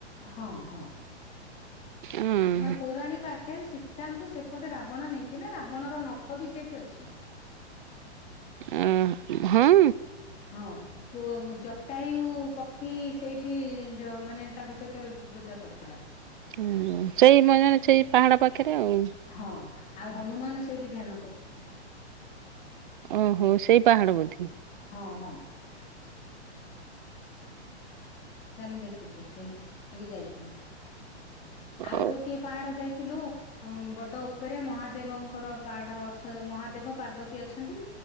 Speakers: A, on the left (about 20°); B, on the right (about 45°).
A: ହଁ, ହଁ।
B: ଅଁ
A: ଆମର ପୌରାଣିକ ଆଖ୍ୟାା ଅଛି ସି ତାଙ୍କୁ ସେପଟେ ରାବଣ ନେଇଥିଲେ ରାବଣର ନଖ ବି ସେଇଠି ଅଛି।
B: ଆ ହଁ।
A: ହଁ ପୁ ଜଟାୟୁ ପକ୍ଷୀ ସେଇଠି ମାନେ ତାଙ୍କ ସହିତ ଯୁଦ୍ଧ କରିଥିଲା।
B: ହୁଁ ସେଇ ମଜ ନା ସେଇ ପାହାଡା ପ ପାଖରେ ଆଉ।
A: ହଁ ଆଉ ହନୁମାନ ସେଇଠି ଧ୍ୟାନ କରୁଥିଲେ।
B: ଓହୋ ସେଇ ପାହାଡ ବୋଧେ।
A: ହଁ ହଁ। ସେ ଆମେ ଦେଖିଛୁ ସେଇ ଟିକେ ଯାଇଥିଲୁ। ଆଉ
B: ଓ
A: ଗୋଟିଏ ପାହାଡ ଯାଇଥିଲୁ। ହ ବଡ ଉପରେ ମହାଦେବଙ୍କର ପାହାଡ ଅ ମହାଦେବ ପାର୍ବତୀ ଅଛନ୍ତି